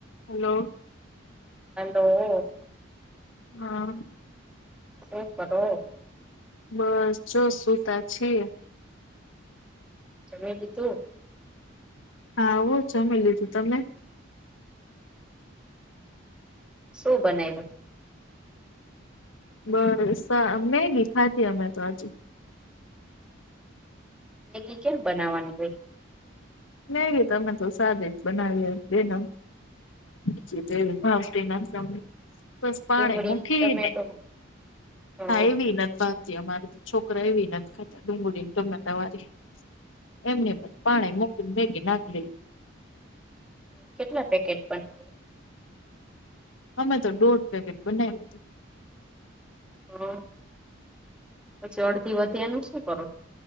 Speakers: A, on the left (about 80°); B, in the centre.
A: Hello.
B: Hello.
A: હા!
B: <unintelligible>
A: બસ. જો સુતા છીએ.
B: જમી લીધું?
A: હા હો જમી લીધું તમે?
B: શું બનાવ્યુ?
A: બસ. મેગી ખાતી અમે તો હજુ.
B: મેગી કેમ બનાવવાની હોઈ.
A: મેગી તો સાદી જ બનાવીએ બે નગ. <unintelligible> બસ પાની
B: ડુંગળી
A: મૂકી
B: ટમેટો
A: ને,
B: અ
A: એવી ન. અમારે તો છોકરા એ ને ખાતા ડુંગળીને ટમેટા વારી. એમને પાણી મુકી ને મેગી નાખ દી.
B: કેટલા પેકેટ પણ
A: અમે તો દોઢ પેકેટ બનાવ્યું હતું.
B: હા! પછી અડધી વધ્યાનું, શું કરો?